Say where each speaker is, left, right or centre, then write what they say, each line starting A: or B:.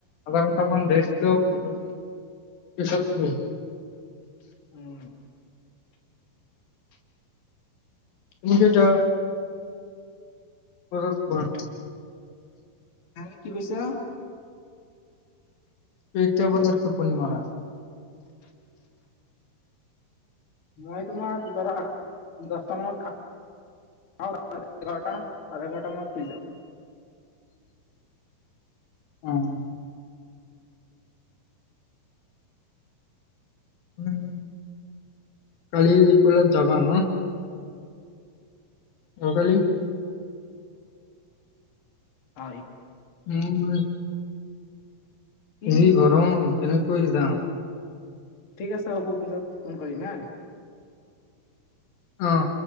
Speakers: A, on the left; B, on the left.
A: আধা ঘন্টা মান ৰেষ্ট লওঁ, পিছত, পিছত শু।
B: উম।
A: তুমি কেতিয়া বজাত শুৱা
B: হা, কি কৈছা?
A: কেইটা বাজাত টোপনি মাৰা?
B: মই তোমাৰ ধৰা দচটা মানত খাওঁ, এঘাৰটা, চাৰে এঘাৰটা মানত শুই যাওঁ।
A: অহ। উম, কালি কলেজ যাবা ন? অহাকালি
B: হয়।
A: উম।
B: কি
A: যি গৰম কেনেকৈ যাওঁ?
B: ঠিক আছে হ'ব, পিছত ফোন কৰিম হা।
A: অহ।